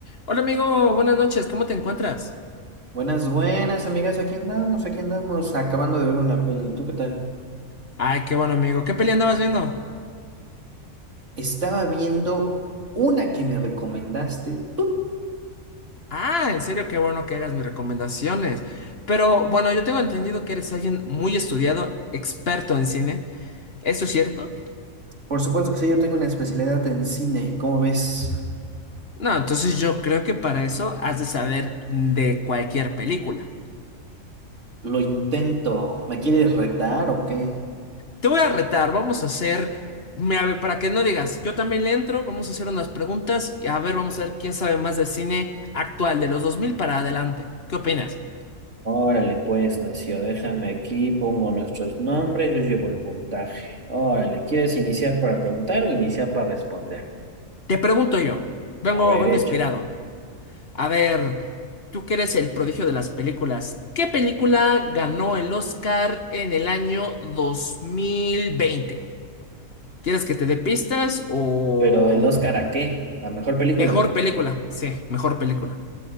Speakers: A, on the left (about 50°); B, on the right (about 65°).
A: Hola amigo, buenas noches, ¿cómo te encuentras?
B: Buenas, buenas, amigas. Aquí andamos, aquí andamos, acabando de ver una peli. ¿Tú qué tal?
A: Ay, qué bueno amigo, ¿qué peli andabas viendo?
B: Estaba viendo una que me recomendaste tú.
A: Ah, en serio, qué bueno que hagas mis recomendaciones. Pero bueno, yo tengo entendido que eres alguien muy estudiado, experto en cine. ¿Eso es cierto?
B: Por supuesto que sí, yo tengo una especialidad en cine. ¿Cómo ves?
A: No, entonces yo creo que para eso has de saber de cualquier película.
B: Lo intento. ¿Me quieres retar o qué?
A: Te voy a retar, vamos a hacer, mira, a ver, para que no digas, yo también le entro, vamos a hacer unas preguntas y a ver, vamos a ver quién sabe más de cine actual de los 2000 para adelante. ¿Qué opinas?
B: Órale, pues, necio, déjame aquí, pongo nuestros nombres, yo llevo el puntaje. Órale, ¿quieres iniciar para preguntar o iniciar para responder?
A: Te pregunto yo, vengo,
B: A ver,
A: vengo inspirado.
B: échale.
A: A ver, tú que eres el prodigio de las películas, ¿qué película ganó el Oscar en el año 2020? ¿Quieres que te dé pistas o
B: Pero el Oscar, ¿a qué? ¿La mejor película?
A: mejor película? Sí, mejor película,